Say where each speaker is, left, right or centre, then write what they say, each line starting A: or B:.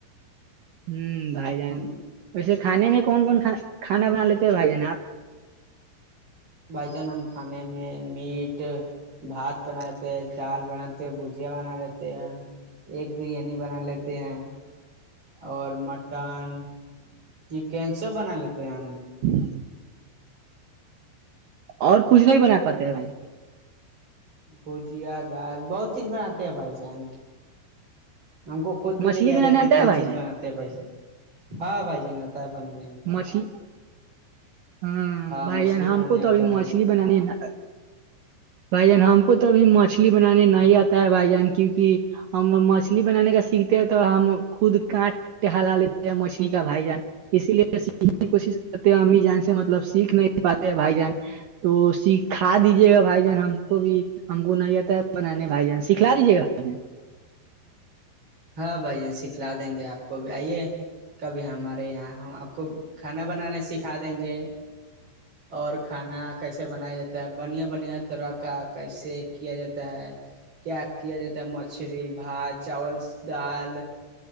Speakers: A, on the right; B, on the right.
A: ہوں بھائی جان
B: ہم
A: ویسے کھے میں کون کون کھانا بنا لیتے بھائی جان آپ
B: بائی چان ہم کھانے میں میٹ بھات بناتے ہیں دال بناتے ہیں بھجیا بنا لیتے ہیں ایک بریانی بنا لیتے ہیں اور مٹن چکن سب بنا لیتے ہیں ہم
A: ہ اور کچھ نہیں بنا پاتے ہیں بھائی
B: بھجیا دال بہت چیز بناتے ہیں بھائی جان ہم کو خود
A: جان
B: بھی
A: مچھلی
B: نہیں یاد
A: بنانے
B: ہے
A: آتا
B: کتنا
A: بھائی
B: چیز
A: جان
B: بناتے ہیں بھائی ہاں بھائی آتا ہے بنانے ہم کو
A: مچھلی ہاں بھائی
B: مچھلی
A: ہم
B: بنانے
A: کو تو
B: آتا
A: ابھی مچھلی
B: ہے
A: بنانی ہے نا بھائی جان ہم کو تو ابھی مچھلی بنانے نہیں آتا ہے بھائی جان کیوںکہ ہم مچھلی بنانے کا سیکھتے ہیں تو ہم خود کٹ ٹہلا لیتے مچھلی کا بھائی جان اسی لیے یہی کوشش کرتے ہیں امی جان سے مطلب سیکھ نہیں پاتے ہیں بھائی جان تو سیککھا دیجیے گا بھائی جان ہم کو بھی ہم کو نہیں آتا بنانے بائیان سکھلا دیجیے گا بھائی جان
B: ہاں بھائی یہ سکھلا دیں گے آپ کو بھی آئیے کبھی ہمارے یہاں ہم آپ کو کھانا بنانا سکھا دیں گے
A: ج
B: اور کھانا کیسے بنایا جاتا ہے بنیا بنھیا تڑاکا کیسے کیا جاتا ہے کیا کیا جاتا ہے مچھی بات چاول دال